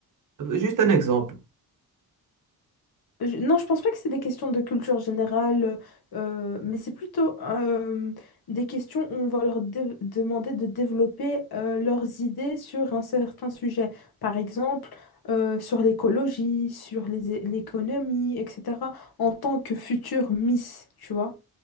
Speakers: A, on the right; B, on the left.
A: Juste un exemple.
B: Je- Non, je pense pas que c'est des questions de culture générale, euh, mais c'est plutôt euh, des questions où on va leur dé- demander de développer euh, leurs idées sur un certain sujet. Par exemple, euh, sur l'écologie, sur les é- l'économie, etc. En tant que future Miss, tu vois.